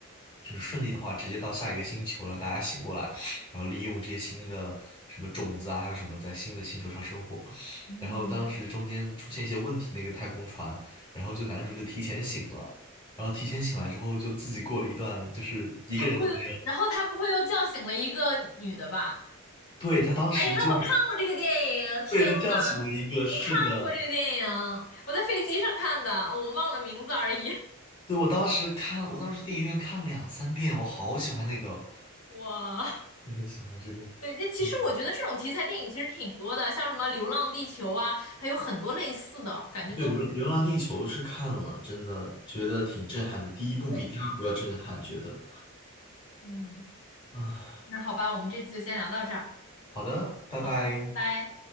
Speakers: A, on the left; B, on the left.
A: 就是顺利的话，直接到下一个星球，让大家醒过来。然后利用这些新的什么种子啊，还有什么在新的星球上生活。
B: 嗯。
A: 然后当时中间出现一些问题，那个太空船，然后就男主就提前醒了，然后提前醒来之后就自己过了一段就是一个人都没有。
B: 他不会又，然后他不会又叫醒了一个女的吧？
A: 对，他当时就，
B: 哎呀，那我看过这个电影，天呐，
A: 被他叫醒了一个，是的，
B: 我看过这个电影，我在飞机上看的，我忘了名字而已。<laughs>
A: 对，我当时看，我当时电影院看了两三遍，我好喜欢那个，
B: 哇，
A: 也很喜欢这个。
B: 对，这其实我觉得这种题材电影其实挺多的，
A: 嗯
B: 像什么《流浪地球》啊，还有很多类似的，感觉都是
A: 对，流《流浪地球》是看了，真的觉得挺震撼的。第一部比第二部要震撼，
B: 对。
A: 觉得
B: 嗯，
A: 啊。
B: 那好吧，我们这次就先聊到这儿。
A: 好的，拜拜。
B: 好的，拜拜。